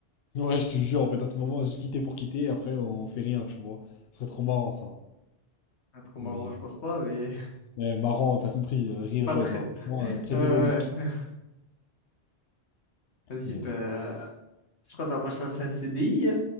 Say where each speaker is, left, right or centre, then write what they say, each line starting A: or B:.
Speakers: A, on the left; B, on the left.
A: Ouais, je te jure, en fait, à tout moment, juste quitter pour quitter, et après, on fait rien, tu vois. Ce serait trop marrant, ça.
B: Pas trop marrant,
A: Mais
B: je
A: euh,
B: pense pas, mais
A: ouais, marrant, t'as compris,
B: <laughs>
A: euh, rire
B: pas
A: jaune,
B: très.
A: hein. Franchement,
B: <laughs>
A: euh, très
B: Ouais,
A: ironique.
B: ouais. Vas-y,
A: Mais
B: bah,
A: bon,
B: je crois que ça va pas chercher un CDI,